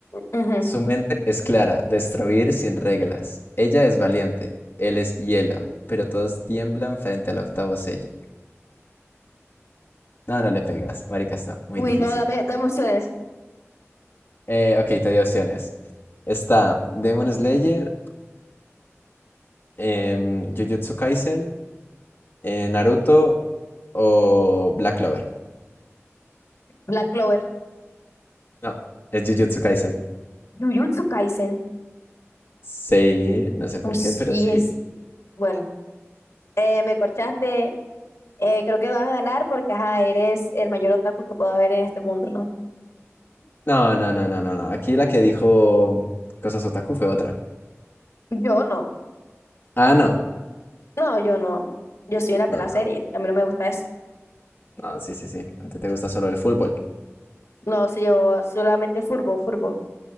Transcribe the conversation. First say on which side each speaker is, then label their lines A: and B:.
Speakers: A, on the left; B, on the left.
A: ujú.
B: Su mente es clara, destruir sin reglas. Ella es valiente, él es hielo, pero todos tiemblan frente al octavo sello. No, no le pegas, marica, está muy
A: Uy,
B: difícil.
A: no, dame, dame opciones.
B: Eh, ok, te di opciones. Está Demon Slayer, em, Jujutsu Kaisen, eh, Naruto o Black Clover.
A: Black Clover.
B: No, es Jujutsu Kaisen.
A: Jujutsu Kaisen.
B: Sí, no sé por
A: Uy,
B: qué, pero
A: yes.
B: sí.
A: Bueno, eh, me corchaste. Eh, creo que vas a ganar porque ajá, eres el mayor otaku que pueda haber en este mundo, ¿no?
B: No, no, no, no, no, no. Aquí la que dijo Cosas Otaku fue otra.
A: Yo no.
B: Ah, no.
A: No, yo no. Yo soy una pela
B: No, no,
A: serie.
B: no.
A: A mí no me gusta eso.
B: No, sí, sí, sí. A ti te gusta solo el fútbol.
A: No, sé yo solamente furbo, furbo.